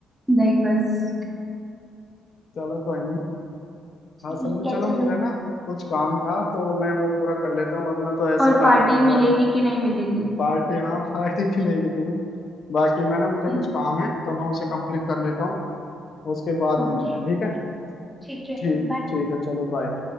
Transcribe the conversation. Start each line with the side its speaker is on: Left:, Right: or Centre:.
Centre: नहीं बस
Left: चलो कोई नहीं हाँ,
Centre: ठीक
Left: असल में चलो
Centre: है चलो
Left: मुझे ना कुछ काम था तो मैं वो पूरा कर लेता हूँ वरना तो ऐसी
Centre: और पार्टी
Left: रात भर
Centre: मिलेगी
Left: भाई
Centre: कि नहीं मिलेगी
Left: पार्टी हाँ पार्टी मिलेगी तुम्हें बाकी मैं ना मुझे
Centre: <laughs>
Left: कुछ काम है तो मैं उसे कंप्लीट कर लेता हूँ उसके बाद मिलते
Centre: ओके
Left: हैं ठीक है
Centre: ठीक है
Left: ठीक
Centre: बाय
Left: ठीक है चलो बाय